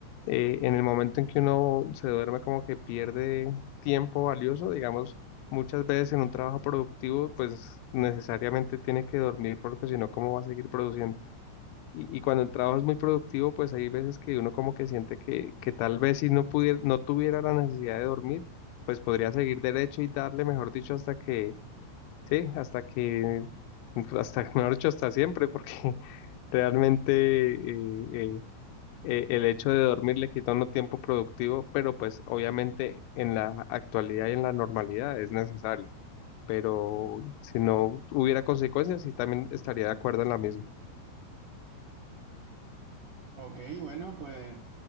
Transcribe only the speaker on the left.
eh, en el momento en que uno se duerme como que pierde tiempo valioso, digamos, muchas veces en un trabajo productivo pues necesariamente tiene que dormir porque si no, ¿cómo va a seguir produciendo? Y, y cuando el trabajo es muy productivo, pues hay veces que uno como que siente que, que tal vez si no pudiera, no tuviera la necesidad de dormir, pues podría seguir derecho y darle, mejor dicho, hasta que, sí, hasta que, hasta, <laughs> mejor dicho, hasta siempre, porque <laughs> realmente eh, eh, eh, el hecho de dormir le quita a uno tiempo productivo, pero pues obviamente en la actualidad y en la normalidad es necesario. Pero si no hubiera consecuencias, sí también estaría de acuerdo en la misma.